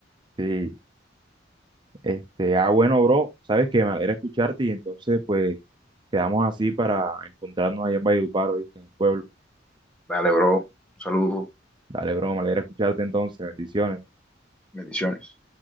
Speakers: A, on the right (about 25°); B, in the centre.
A: Sí, Este, ah, bueno, bro, sabes que me alegra escucharte y entonces, pues, quedamos así para encontrarnos allá en Valledupar, ¿oíste? En el pueblo.
B: Dale, bro. Un saludo.
A: Dale, bro, me alegra escucharte entonces, bendiciones.
B: Bendiciones.